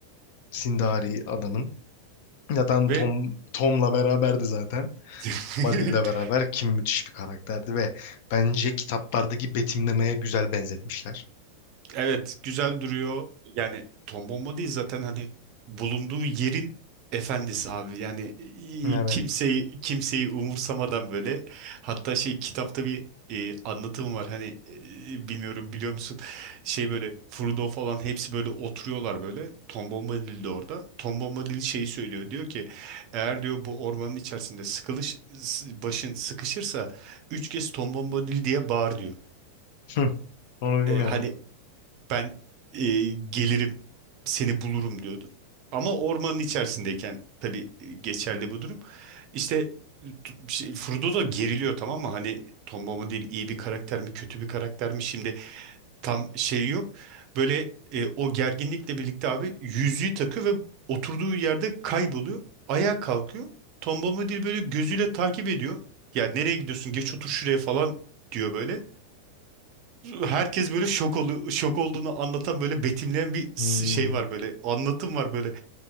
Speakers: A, on the left (about 50°); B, on the right (about 40°).
A: Sindari adamın. Zaten
B: Ve
A: Tom Tom'la beraberdi zaten.
B: <laughs>
A: Basil'le beraber Kim müthiş bir karakterdi ve bence kitaplardaki betimlemeye güzel benzetmişler.
B: Evet, güzel duruyor. Yani Tom Bomba değil zaten hani bulunduğu yerin efendisi abi. Yani i-
A: Evet.
B: kimseyi kimseyi umursamadan böyle. Hatta şey kitapta bir e, anlatım var. Hani e, bilmiyorum biliyor musun? Şey böyle Frodo falan hepsi böyle oturuyorlar böyle. Tom Bombadil de orada. Tom Bombadil şeyi söylüyor. Diyor ki eğer diyor bu ormanın içerisinde sıkılış s- başın sıkışırsa üç kez Tom Bombadil diye bağır diyor.
A: Hı, onu bilmiyordum
B: E, hani
A: ben.
B: ben e, gelirim seni bulurum diyordu. Ama ormanın içerisindeyken tabii e, geçerli bu durum. İşte t- şey, Frodo da geriliyor tamam mı? Hani Tom mu iyi bir karakter mi kötü bir karakter mi şimdi tam şey yok. Böyle e, o gerginlikle birlikte abi yüzüğü takıyor ve oturduğu yerde kayboluyor. Ayağa kalkıyor. Tom Bombadil böyle gözüyle takip ediyor. Ya nereye gidiyorsun? Geç otur şuraya falan diyor böyle herkes böyle şok oluyor. Şok olduğunu anlatan böyle betimleyen bir s-
A: Hmm,
B: şey var böyle. Anlatım var böyle.